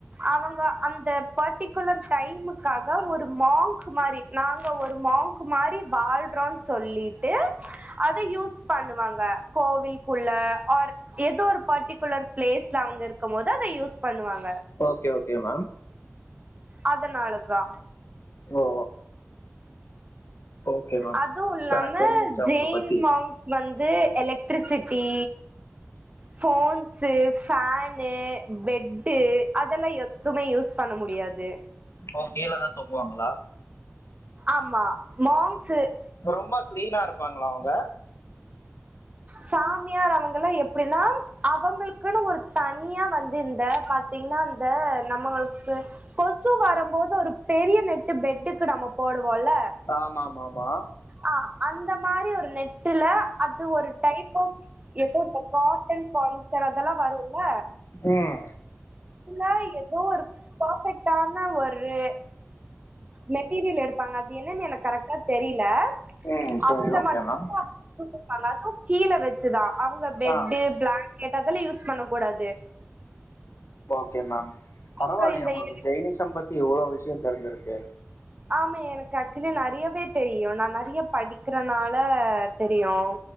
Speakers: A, on the right; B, on the left.
A: அவங்க அந்த பர்டிகுலர் டைம்முக்காக ஒரு மாங்க் மாரி நாங்க ஒரு மாங்க் மாரி வாழ் றோனு சொல்லிட்டு அத யூஸ் பண்ணுவாங்க கோவில்குள்ள ஆர் ஏதோ ஒரு பர்ட்டிகுலர் பிளேஸ்ல அவங்க இருக்கும் போது அத யூஸ் பண்ணுவாங்க
B: ஓகே ஓகே மேம்
A: அதனாலதா
B: ஓ ஓகே மேம்
A: அதுவு இல்லாம
B: இப்போ எனக்கு தெரிஞ்சிருச்சு அவங்கள
A: ஜெயின்
B: பத்தி
A: மாங்ஸ் வந்து electricity phones, fan, bed அதெல்லா எதுமே யூஸ் பண்ண முடியாது
B: ஓ கீழதா தூங்குவாங்களா
A: ஆமா மாங்ஸ்
B: ரொம்ப கிளீனா இருப்பாங்களா அவங்க
A: சாமியார் அவங்கலா எப்படினா அவங்களுக்குன்னு ஒரு தனியா வந்து இந்த பாத்தீங்னா இந்த நம்மளுக்கு கொசு வரும்போது ஒரு பெரிய நெட்டு பெட்டுக்கு நம்ம போடு வோல
B: ஆமா ஆமா ஆமா
A: ஆ அது அந்த மாரி ஒரு நெட்டுல அது ஒரு டைப் ஆப் ஏதோ இந்த காட்டன் பாலிஸ்டர் அதெல்லா வரும்ல்ல
B: ம்
A: இதில எதோ ஒரு பர்ஃப்பெக்ட்டானா ஒரு மெட்டீரியல் எடு ப்பாங்க அது என்னன்னு எனக்கு கரெக்டா தெரில
B: ம் சரி
A: அதுல
B: ஓகே
A: மட்டு
B: மேம்
A: வச்சிபாங்க அதுவு கீழ வச்சுதா அவங்க பெட்டு
B: ஆ
A: பிளாங் கேட்டாதான்ன யூஸ் பண்ண கூடாது
B: ஓகே மேம் பரவாயில்லையா
A: அப்றோ இந்த
B: உங்களுக்கு
A: எ
B: ஜெயினிசம் பத்தி இவ்வளவு விஷயம் தெரிஞ்சிருக்கு ஓகே
A: ஆமா எனக்கு ஆக்சுவலி நறையவே தெரியும் நான் நிறைய படிக்கறனால தெரியும்